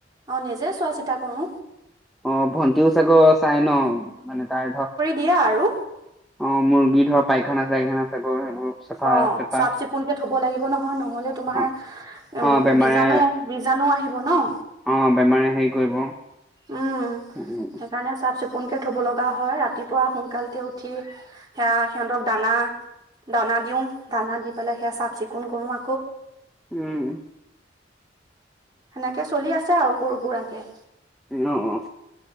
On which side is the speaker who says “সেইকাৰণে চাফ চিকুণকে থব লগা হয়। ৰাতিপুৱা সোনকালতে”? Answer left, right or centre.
Right